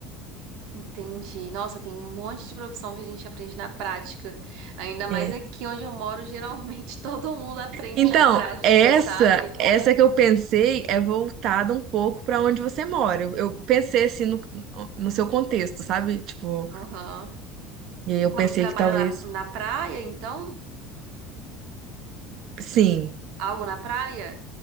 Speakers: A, on the right; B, on the right.
A: entende. Nossa, tem um monte de profissão que a gente aprende na prática. Ainda mais
B: É.
A: aqui onde eu moro, geralmente <laughs> todo mundo aprende
B: Então,
A: na prática,
B: essa,
A: sabe?
B: essa que eu pensei é voltada um pouco para onde você mora. Eu, eu pensei assim no, no seu contexto, sabe? Tipo,
A: Aham.
B: e aí eu
A: Tá,
B: pensei
A: você trabalha
B: que talvez.
A: na, na praia, então?
B: Sim,
A: Algo na praia?